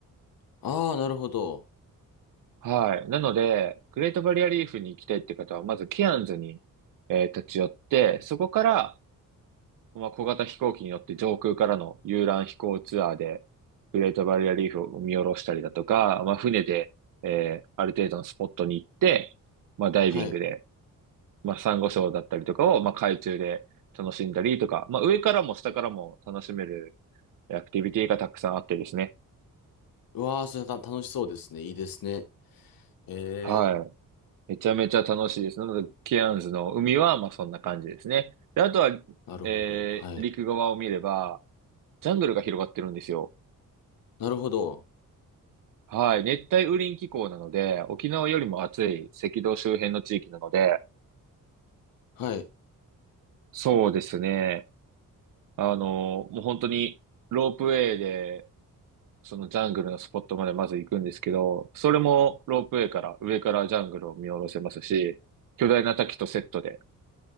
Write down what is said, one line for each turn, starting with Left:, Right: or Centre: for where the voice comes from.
Left: ああ、なるほど。
Right: はい。なので、グレートバリアリーフに行きたいって方は、まずケアンズに、えー立ち寄って、そこから、まあ、小型飛行機に乗って上空からの遊覧飛行ツアーで、グレートバリアリーフを見下ろしたりだとか、まあ、船で、えーある程度のスポットに行って、まあ、ダイビングで、
Left: はい。
Right: まあ、サンゴ礁だったりとかを、まあ、海中で楽しんだりとか、まあ、上からも下からも楽しめるアクティビティがたくさんあってですね。
Left: うわあ、それた楽しそうですね。いいですね。ええ。
Right: はい。めちゃめちゃ楽しいです。なので、ケアンズの海は、まあそんな感じですね。で、あとは、
Left: なるほど。
Right: えー、
Left: はい。
Right: 陸側を見れば、ジャングルが広がってるんですよ。
Left: なるほど。
Right: はい。熱帯雨林気候なので、沖縄よりも暑い赤道周辺の地域なので、
Left: はい。
Right: そうですね。あの、もう本当にロープウェイで、そのジャングルのスポットまでまず行くんですけど、それもロープウェイから、上からジャングルを見下ろせますし、巨大な滝とセットで、